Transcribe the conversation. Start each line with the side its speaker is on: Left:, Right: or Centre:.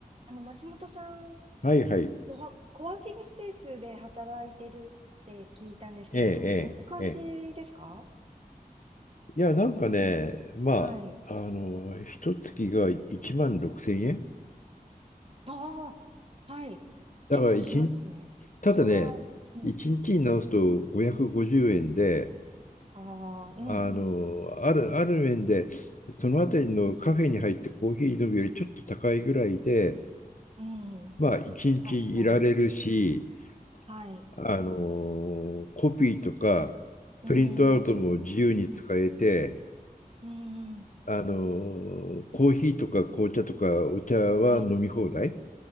Right: あの、松本さん
Left: はいはい。
Right: は、コワーキングスペースで働いてるって聞いたんですけれど、
Left: ええ、
Right: どんな感じですか
Left: ええ、ええ。いや、なんかね、まあ、
Right: はい。
Left: あの、一月が1万6千円。
Right: ああ、はい。
Left: だから一日、
Right: 結構しますね。
Left: ただね、
Right: それは、うん。
Left: 1日にちに直すと550円で、
Right: ああ、うん、
Left: あの、
Right: うん、
Left: ある、ある面で、そのあたりのカフェに入ってコーヒー飲むよりちょっと高いぐらいで、
Right: うん。
Left: まあ、一日いられるし、
Right: 確かに。はい。
Left: あの、コピーとか、
Right: うーん、
Left: プリントアウトも自由に使えて、
Right: うーん。
Left: あのコーヒーとか紅茶とかお茶は飲み放題
Right: はい。